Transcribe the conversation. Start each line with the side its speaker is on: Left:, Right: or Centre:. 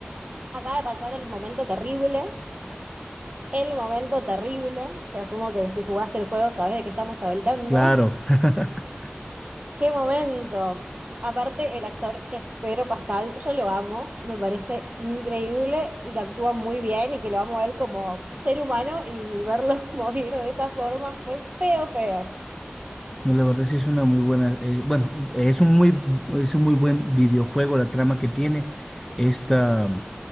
Right: Acaba de pasar el momento terrible. El momento terrible, que asumo que si jugaste el juego sabés de qué estamos hablando.
Centre: claro. <laughs>
Right: ¡Qué momento! Aparte, el actor que es Pedro Pascal, yo lo amo, me parece increíble y que actúa muy bien y que lo amo a él como ser humano y verlo <laughs> morir de esa forma fue feo, feo.
Centre: No, la verdad sí es una muy buena, eh, bueno, es un muy, es un muy buen videojuego la trama que tiene. Esta,